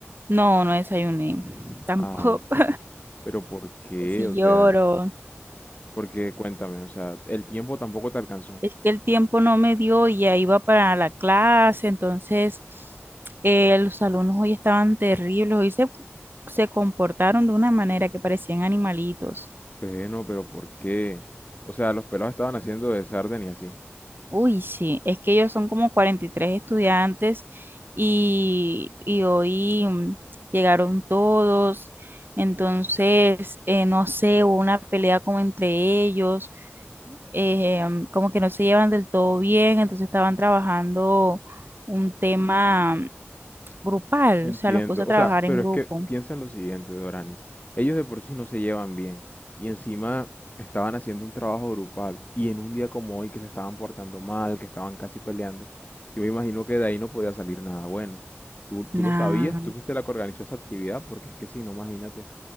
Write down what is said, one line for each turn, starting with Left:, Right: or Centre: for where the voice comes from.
Right: no, no desayuné tampoco.
Left: Ay,
Right: <laughs>
Left: pero ¿por qué?
Right: Sí
Left: O
Right: lloro.
Left: sea, porque cuéntame, o sea, el tiempo tampoco te alcanzó.
Right: es que el tiempo no me dio y ya iba para la clase, entonces eh, los alumnos hoy estaban terribles, hoy se, se comportaron de una manera que parecían animalitos.
Left: Bueno, pero ¿por qué? O sea, los pelados estaban haciendo de sarden y así.
Right: Uy, sí, es que ellos son como 43 estudiantes y, y hoy mm, llegaron todos, entonces, eh, no sé, hubo una pelea como entre ellos, eh, mm, como que no se llevan del todo bien, entonces estaban trabajando un tema grupal,
Left: No Entiendo.
Right: o sea, los puse a
Left: O
Right: trabajar
Left: sea, pero
Right: en grupo.
Left: es que piensa en lo siguiente, Doranis. Ellos de por sí no se llevan bien. Y encima estaban haciendo un trabajo grupal. Y en un día como hoy que se estaban portando mal, que estaban casi peleando, yo me imagino que de ahí no podía salir nada bueno. Tú, tú
Right: Nada.
Left: lo sabías, tú fuiste la que organizó esa actividad, porque es que si no, imagínate,